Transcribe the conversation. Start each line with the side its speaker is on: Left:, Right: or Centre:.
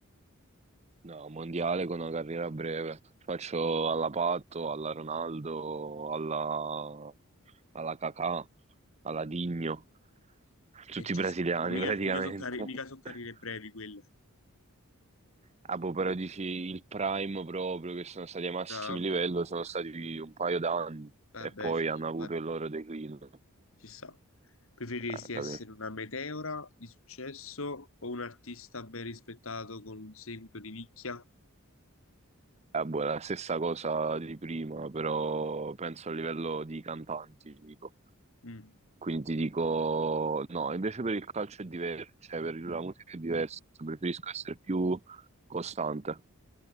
Right: No, mondiale con una carriera breve. Faccio alla Pato, alla Ronaldo, alla, alla Kakà, alla Digno, tutti
Left: E ci
Right: brasiliani
Left: sta. Vabbè, mica,
Right: praticamente.
Left: mica so carri- mica so carriere
Right: <laughs>
Left: brevi quelle.
Right: Ah, boh, però dici il prime proprio, che sono stati ai massimi
Left: Ah, vabbè,
Right: livello, sono stati un paio d'anni
Left: Vabbè,
Right: e poi
Left: sì,
Right: hanno
Left: infatti,
Right: avuto il loro declino.
Left: ci sta. Preferiresti
Right: Ah,
Left: essere
Right: capì?
Left: una meteora di successo o un artista ben rispettato con un seguito di nicchia?
Right: Ah, boh, è la stessa cosa di prima, però penso a livello di cantanti, ti dico.
Left: Mm.
Right: Quindi ti dico, no, invece per il calcio è diverso, cioè per la musica è diverso, preferisco essere più costante.